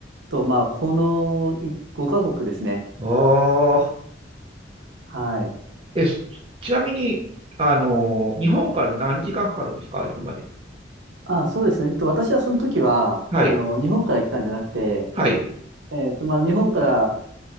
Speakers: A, on the right (about 75°); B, on the right (about 30°).
A: と、まあ、この5カ国ですね。
B: ああ、
A: はい。
B: え、そちなみに、あの、日本から何時間かかるんですか行くまでに。
A: あ、そうですね。えっと、私はその時は、
B: はい、
A: あの、日本から行ったんじゃなくて、
B: はい、
A: えっと、まあ、日本から